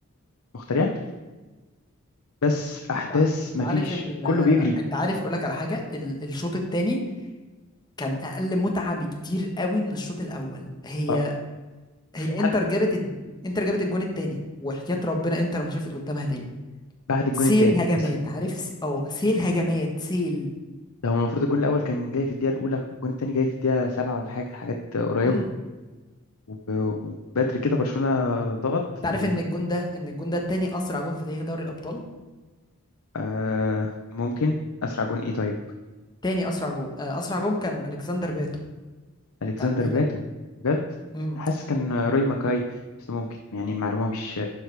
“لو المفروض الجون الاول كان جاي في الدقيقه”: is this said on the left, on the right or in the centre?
Left